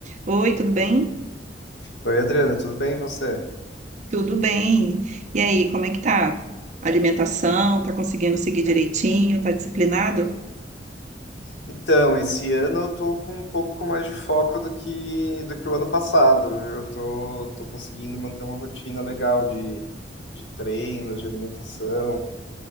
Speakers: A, on the right; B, on the left.
A: Oi, tudo bem?
B: Oi, Adriana, tudo bem e você?
A: Tudo bem. E aí, como é que tá? alimentação, tá conseguindo seguir direitinho, tá disciplinado?
B: Então, esse ano eu tô com um pouco mais de foco do que do que o ano passado, viu? Eu tô, tô conseguindo manter uma rotina legal de, de treinos, de alimentação.